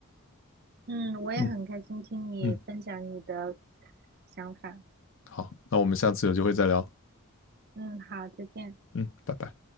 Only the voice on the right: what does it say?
嗯，我也很开心听你分享你的
想法。
嗯，好，再见。